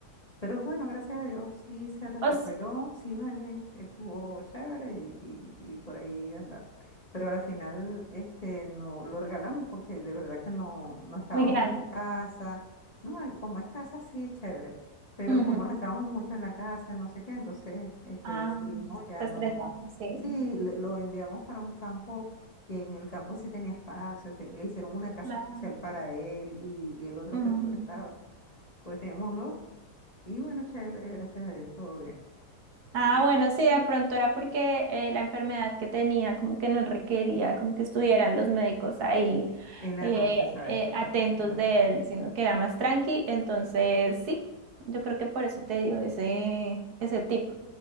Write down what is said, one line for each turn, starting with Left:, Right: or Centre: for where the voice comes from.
Left: pero bueno, gracias a Dios sí se recuperó,
Right: Os-
Left: sí vale, estuvo chévere y, y- y por ahí andaba. Pero a la final este, no lo regalamos porque de verdad que no, no estábamos
Right: muy grande.
Left: en casa. No, eh, como es casa sí, chévere, pero
Right: Ujú.
Left: como no estábamos mucho en la casa, no sé qué, entonces este,
Right: Ah,
Left: decidimos ya
Right: está
Left: no.
Right: estresado, sí.
Left: Sí, le- lo enviamos para un campo y en el campo sí tenía espacio, te- le hicieron una casa
Right: Claro.
Left: especial para él y, y el otro
Right: Ujú.
Left: perrito que estaba, pues teníamos dos. Y bueno, chévere, gracias a Dios, todo bien.
Right: Ah,
Left: Eh,
Right: bueno, sí, de pronto era porque eh, la enfermedad que tenía como que no requería como que estuvieran los médicos ahí
Left: En la
Right: eh,
Left: noche, exacto.
Right: eh, atentos
Left: Ajá,
Right: de él, sino que era más tranqui. Entonces, sí, yo creo que por eso te dio ese, ese tipo.